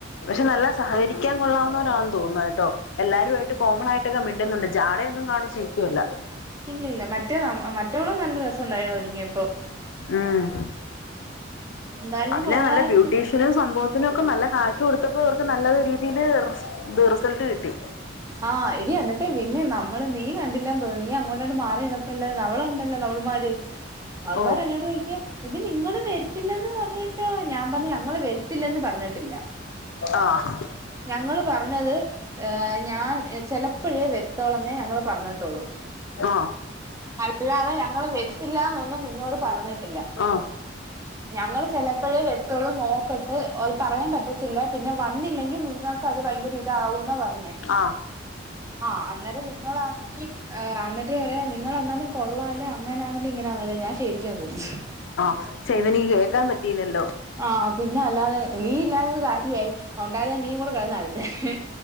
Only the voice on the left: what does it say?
പക്ഷെ നല്ല സഹകരിക്കാൻ കൊള്ളാവുന്നവരാണ് തോന്നുന്നു കേട്ടോ എല്ലാവരും ആയിട്ട് കോമൺ ആയിട്ട് ഇടകക്ക മിണ്ടുന്നുണ്ട് ജാടയൊന്നും കാണചിക്കുവല്ല
ഉം
അതിന്
നല്ല ബ്യൂട്ടീശ് - ഷനും സംഭവത്തിനും ഒക്കെ നല്ല കാശ് കൊടുത്തപ്പോ അവർക്ക് നല്ല രീതിയില് റിസൾട്ട് കിട്ടി
ഓ
ആഹ്
ആ
ആ
ആ
ആ ഛെ അതെനിക്ക് കേക്കാൻ പറ്റീയില്ലല്ലോ